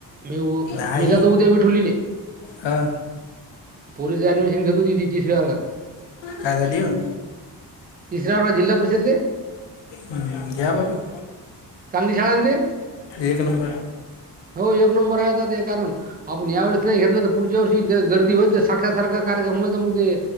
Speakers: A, on the right; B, on the left.
A: मी.
B: नाही
A: मी जात उद्या विीठवलेले.
B: हा
A: पोरीस ऍडमिशन घेत होती ती तिस वेळा हंगा.
B: काय झाली हो
A: तिसराळा जिल्हा परिषद.
B: हम्म, घ्या बाबा
A: कंगीशवा ते.
B: एक नंबर.
A: हो एक नंबर आहे आता ते कारण आपण या वेळेस नाही घेतलं तर पुढच्या वर्षी गर्दी. साखर्या सारख कार्य मग ते